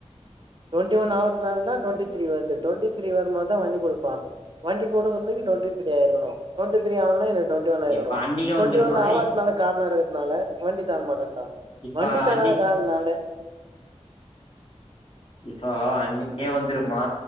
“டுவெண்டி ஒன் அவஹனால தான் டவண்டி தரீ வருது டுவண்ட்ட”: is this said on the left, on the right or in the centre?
Right